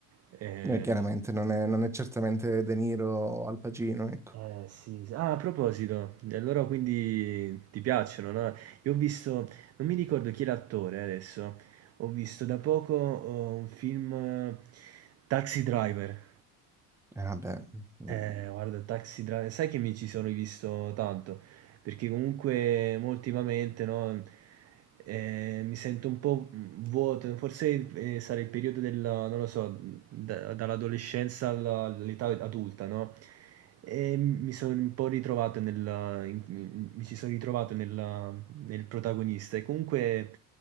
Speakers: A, on the right; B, in the centre.
A: Eh,
B: eh, chiaramente non è, non è certamente De Niro o Al Pacino, ecco.
A: Eh sì, sì. Ah, a proposito, e allora quindi ti piacciono, no? Io ho visto, non mi ricordo chi è l'attore adesso, ho visto da poco oh, un film eh, Taxi Driver.
B: Eh, vabbè, eh.
A: Eh, guarda, Taxi Driver, sai che mi ci sono rivisto tanto, perché comunque mo ultimamente, no, eh, mi sento un po' vuoto, forse eh, sarà il periodo della, non lo so, da- dall'adolescenza alla- all'età adulta, no? E mi sono un po' ritrovato nella, in- mi ci sono ritrovato nella- nel protagonista e comunque